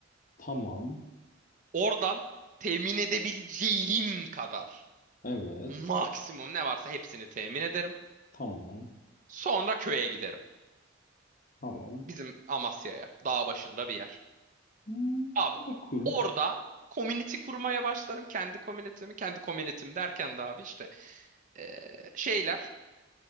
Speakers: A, on the left; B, on the right.
A: Tamam.
B: Oradan temin edebileceğim kadar
A: Evet.
B: maksimum ne varsa hepsini temin ederim.
A: Tamam.
B: Sonra köye giderim.
A: Tamam.
B: Bizim Amasya'ya, dağ başında bir yer.
A: Hmm,
B: Abi
A: makul.
B: orada community kurmaya başlarım. Kendi community'mi, kendi community'm derken de abi işte e, şeyler